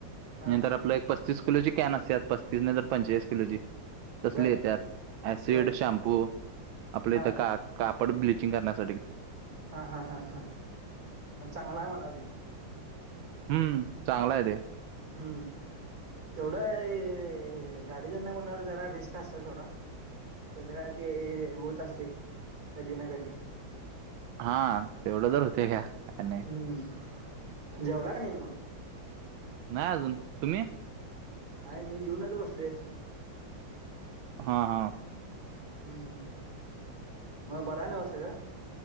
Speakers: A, on the right (about 45°); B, on the right (about 80°).
A: हा
B: नंतर आपलं पस्तीस किलोची कॅनसत पस्तीस नाही तर पंचेचाळीस किलोची तसले
A: बर
B: येतात ऍसिड
A: बर
B: शॅम्पू आपले
A: हा
B: इथं काक कापड ब्लिचिंग करण्यासाठी
A: हा हा हा हा चांगला आहे मणाम्हणावं ते
B: हम्म चांगला आहे ते
A: हम्म तेवढं ये गाडी धंदा म्हल्यावर जरा रिस्क असत्या सोडा तेज काय ते होत असते कधी ना कधी
B: हा तेवढं तर होते काय त्यांनी
A: <unintelligible> जेवला का नाही म
B: नाय अजून तुम्ही
A: हाय मी जेवूनच बसले.
B: हा हा
A: हम्म हम्म हम्म म बरं हाय नव्ह सगळं